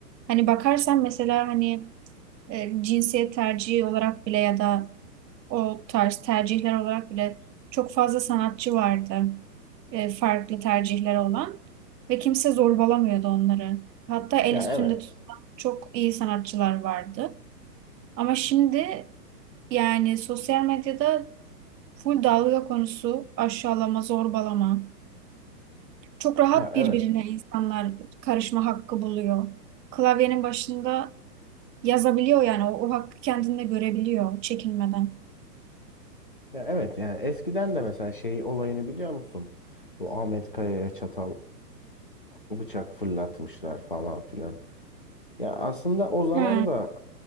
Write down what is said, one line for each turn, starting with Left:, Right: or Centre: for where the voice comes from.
Right: hani bakarsan mesela hani e, cinsiyet tercihi olarak bile ya da o tarz tercihler olarak bile çok fazla sanatçı vardı e, farklı tercihleri olan ve kimse zorbalamıyordu onları. Hatta el
Left: Ya
Right: üstünde
Left: evet.
Right: tutulan çok iyi sanatçılar vardı. Ama şimdi yani sosyal medyada full dalga konusu, aşağılama, zorbalama. Çok rahat
Left: Ya
Right: birbirine
Left: evet.
Right: insanlar karışma hakkı buluyor. Klavyenin başında yazabiliyor yani o, o hakkı kendinde görebiliyor çekinmeden.
Left: Ya evet yani eskiden de mesela şey olayını biliyor musun? Bu Ahmet Kaya'ya çatal bıçak fırlatmışlar falan filan. Ya aslında o zaman
Right: Ha.
Left: da